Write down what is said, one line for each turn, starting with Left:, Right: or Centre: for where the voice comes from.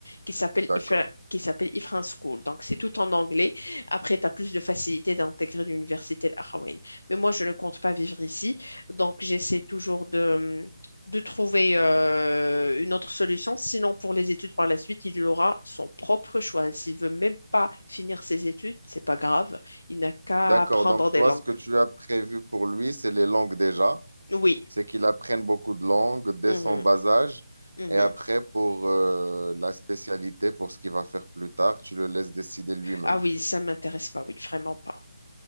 Left: qui s'appelle
Right: D'accord.
Left: Ifrin. qui s'appelle Ifrin School. Donc, c'est tout en anglais. Après, tu as plus de facilité d'intégrer l'université Al-Ahrawaïne. Mais moi, je ne compte pas vivre ici. Donc, j'essaie toujours de, de trouver euh, une autre solution. Sinon, pour les études par la suite, il aura son propre choix. S'il veut même pas finir ses études, c'est pas grave. Il n'a qu'à
Right: D'accord.
Left: apprendre
Right: Donc,
Left: des
Right: toi,
Left: langues.
Right: ce que tu as prévu pour lui, c'est les langues déjà.
Left: Oui.
Right: C'est qu'il apprenne beaucoup de langues dès
Left: Mhm.
Right: son bas âge.
Left: Mhm.
Right: Et après, pour, euh, la spécialité, pour ce qu'il va faire plus tard, tu le laisses décider lui-même.
Left: Ah oui, ça m'intéresse pas. Oui, vraiment pas.